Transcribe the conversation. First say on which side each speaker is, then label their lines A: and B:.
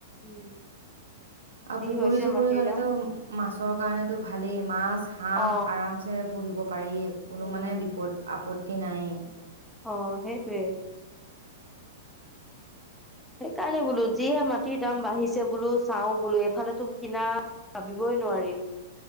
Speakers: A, in the centre; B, on the right.
A: উম
B: আৰু
A: যি
B: পুখুৰী
A: হৈছে
B: চুখুৰী
A: মাটিৰ
B: হলেতো
A: দাম
B: মাছৰ কাৰণেতো ভালেই মাছ হাঁহ
A: অ
B: আৰামছে পুহিব পাৰি কোনো
A: উম
B: মানে বিপদ আপত তি নাই
A: অ সেইটোৱে সেইকাৰণে বোলো যিহে মাটিৰ দাম বাঢ়িছে বোলো চাওঁ বোলো এইফালেটো কিনা ভাবিবই নোৱাৰি